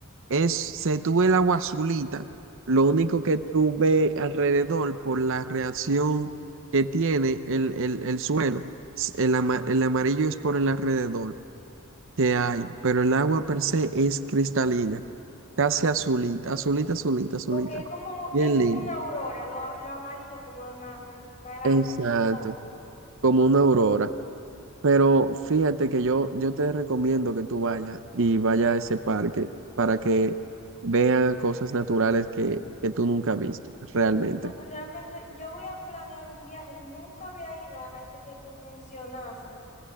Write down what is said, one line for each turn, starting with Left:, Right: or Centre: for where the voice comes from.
Right: Es, se tuve el agua azulita, lo único que tuve alrededor por la reacción que tiene el, el, el suelo, s- el, ama- el amarillo es por el alrededor que hay, pero el agua per se es cristalina, casi azulita, azulita, azulita, azulita.
Left: O que es como,
Right: Bien
Left: es como
Right: lindo.
Left: una aurora, lo, lo amarillo como lo na- naranja,
Right: Exacto,
Left: es como una aurora.
Right: como una aurora. Pero fíjate que yo, yo te recomiendo que tú vayas y vayas a ese parque para que veas cosas naturales que, que tú nunca has visto realmente.
Left: bueno realmente yo voy a planear un viaje. Nunca había ido a ese que tú mencionaste,